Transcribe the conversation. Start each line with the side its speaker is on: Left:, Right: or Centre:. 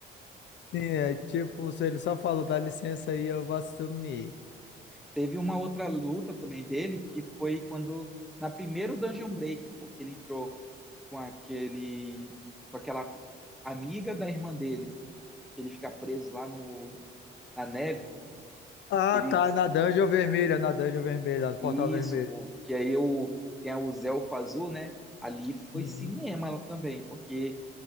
Left: Sim, é tipo, se ele só falou, dá licença aí, eu vou assumir.
Centre: Teve uma outra luta também dele, que foi quando, na primeira Dungeon Break, pô, que ele entrou com aquele, com aquela amiga da irmã dele, que ele fica preso lá no, na neve,
Left: Ah,
Centre: que ele
Left: tá, na dungeon vermelha, na dungeon vermelha, no portal
Centre: Isso,
Left: vermelho.
Centre: pô. Que aí eu, tem a- o Zé Fazul, né? Ali foi
Left: Uhum.
Centre: cinema ela também, porque